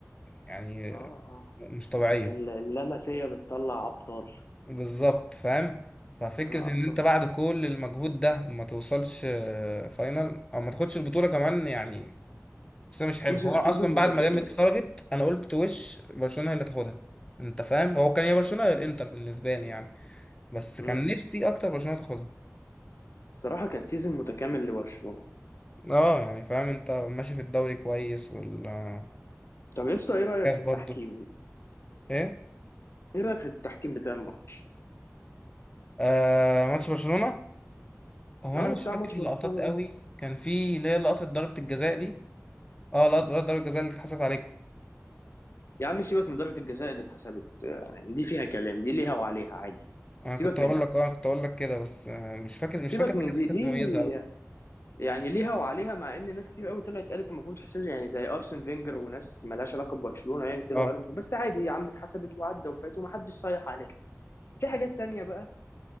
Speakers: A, on the left (about 20°); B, on the left (about 50°).
A: يعني
B: اه اه
A: مش طبيعيه
B: ال- ال- اللمسية بتطلع أبطال
A: بالظبط فاهم ففكرة
B: بتطلع أبطال
A: ان انت بعد كل المجهود ده وما توصلش آه، فاينل او ما تاخدش البطولة كمان يعني بس مش
B: سيزون
A: حلو هو اصلا
B: سيزون متكامل
A: بعد ما ريال مدريد خرجت انا قلت وش برشلونة هي اللي تاخدها انت فاهم هو كان يا برشلونة يا الانتر بالنسبة لي يعني بس
B: مم.
A: كان نفسي اكتر برشلونة تاخدها
B: الصراحة كان سيزون متكامل لبرشلونة
A: اه يعني فاهم انت ماشي في الدوري كويس والكاس
B: طب يا اسطى ايه رايك في التحكيم
A: برضو ايه
B: ايه رايك في التحكيم بتاع الماتش
A: آه ماتش برشلونة هو
B: اه
A: انا مش
B: بتاع
A: فاكر
B: ماتش
A: اللقطات
B: برشلونه والانتر
A: قوي كان في اللي هي لقطة ضربة الجزاء دي اه لقطة لقطة ضربة الجزاء اللي اتحسبت عليكم
B: يا عم سيبك من ضربه الجزاء اللي اتحسبت آه، يعني دي فيها كلام دي ليها وعليها عادي
A: انا
B: سيبك
A: كنت اقول
B: منها
A: لك اه أنا كنت اقول لك كده بس آه، مش فاكر
B: سيبك
A: مش فاكر
B: من
A: حاجه
B: دي
A: كانت
B: دي
A: مميزه قوي
B: يعني ليها وعليها مع ان ناس كتير قوي طلعت قالت المفروض تحسب يعني زي ارسن فينجر وناس ملهاش علاقه ببرشلونه يعني طلعوا
A: اه
B: قالوا المفروض- بس عادي يا عم اتحسبت وعدى وفات ومحدش صيح عليها في حاجات تانية بقى